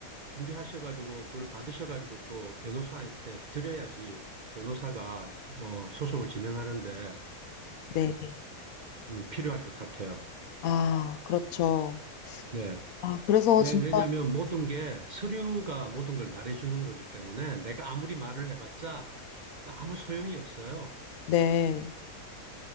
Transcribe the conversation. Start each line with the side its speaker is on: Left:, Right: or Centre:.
Right: 준비하셔가지고 그걸 받으셔가지고 또 변호사한테 드려야지 변호사가 뭐 소송을 진행하는데 예,
Left: 네.
Right: 음, 필요할 것 같아요.
Left: 아, 그렇죠.
Right: 네.
Left: 아, 그래서
Right: 왜,
Left: 진짜
Right: 왜냐면 모든 게 서류가 모든 걸 말해주는 거기 때문에 내가 아무리 말을 해봤자 그러니까 아무 소용이 없어요.
Left: 네.